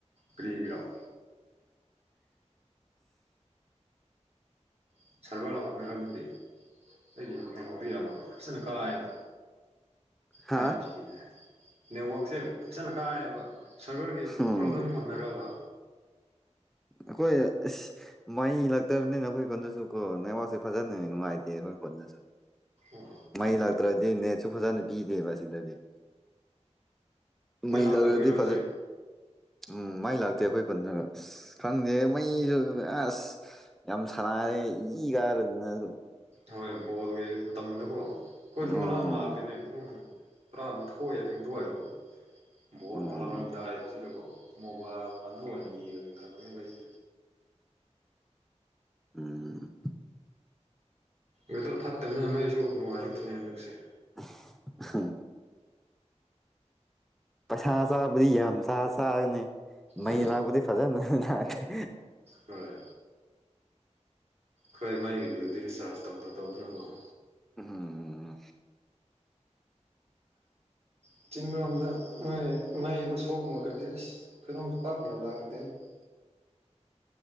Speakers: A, on the right (about 60°); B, in the centre.
A: ꯀ꯭ꯔꯤꯒꯤꯔꯥ <unintelligible> ꯑꯩꯗꯤ ꯅꯦꯠꯋꯥꯔꯛꯗꯤ ꯌꯥꯝ ꯐꯖꯅ ꯀꯥꯏꯗꯥ
B: ꯍꯥ
A: ꯐꯥꯏꯚ ꯖꯤꯅꯦ ꯅꯦꯠꯋꯥꯛꯛꯁꯦ ꯐꯖꯅ ꯀꯥꯏꯌꯦꯕ ꯁꯔꯚꯔꯒꯤ
B: ꯎꯝ
A: ꯄ꯭ꯔꯣꯕ꯭ꯂꯦꯝ ꯅꯔꯥꯕ
B: ꯑꯈꯣꯏ ꯑꯁ ꯃꯩ ꯂꯥꯛꯇꯕꯅꯤꯅ ꯑꯩꯈꯣꯏ ꯈꯨꯟꯗꯁꯨ ꯀꯣ ꯅꯦꯋꯥꯔꯛꯁꯦ ꯐꯖꯅ ꯅꯨꯡꯉꯥꯏꯇꯦꯕ ꯑꯩꯈꯣꯏ ꯈꯨꯟꯗꯁꯨ
A: ꯑꯣ
B: ꯃꯩ ꯂꯥꯛꯇ꯭ꯔꯗꯤ ꯅꯦꯠꯁꯨ ꯐꯖꯅ ꯄꯤꯗꯦꯕ ꯁꯤꯗꯗꯤ ꯃꯩ
A: ꯂꯥꯛꯇꯕꯒꯤꯔꯣ
B: ꯂꯥꯛꯂꯗꯤ ꯐꯖ
A: ꯍꯧꯖꯤꯛ
B: ꯎꯝ ꯃꯩ ꯂꯥꯛꯇꯦ ꯑꯩꯈꯣꯏ ꯈꯨꯟꯗ ꯑꯁ ꯈꯪꯗꯦ ꯃꯩꯁꯨ ꯑꯁ ꯌꯥꯝ ꯁꯥꯟꯅꯥꯔꯦ ꯏ ꯀꯥꯏꯔꯗꯅ ꯑꯗꯨ
A: ꯍꯣꯏ ꯕꯣꯜꯒꯤ ꯃꯇꯝꯗꯀꯣ ꯑꯩꯈꯣꯏꯁꯨ
B: ꯑꯣ
A: ꯉꯔꯥꯡ ꯂꯥꯛꯇꯦꯅꯦ ꯄꯨꯡ ꯇꯔꯥ ꯃꯥꯊꯣꯏ ꯅꯤꯊꯣꯏ ꯑꯗꯀꯣ ꯕꯣꯜ
B: ꯎꯝ
A: ꯍꯣꯂꯔꯝꯗꯥꯏꯁꯤꯗꯀꯣ UNINTELLIGIBLE
B: ꯎꯝ ꯎꯝ
A: ꯋꯦꯗꯔ ꯐꯠꯇꯕꯅꯤꯅ ꯃꯩꯖꯨ ꯅꯨꯡꯉꯥꯏꯔꯛꯇꯦꯅꯦ ꯍꯟꯗꯛꯁꯦ
B: INAUDIBLE ꯄꯩꯁꯥ ꯆꯥꯕꯗꯤ ꯌꯥꯝ ꯆꯥ ꯆꯥꯒꯅꯤ ꯃꯩ
A: ꯎꯝ
B: ꯂꯥꯛꯄꯗꯤ ꯐꯖꯅ ꯂꯥꯛꯀꯅꯤ
A: ꯍꯣꯏ ꯈꯣꯏ ꯃꯩꯒꯤ ꯕꯤꯜꯗꯤ ꯔꯤꯆꯥꯔꯖ ꯇꯧꯗ ꯇꯧꯗꯅꯪꯉꯣ
B: INAUDIBLE
A: UNINTELLIGIBLE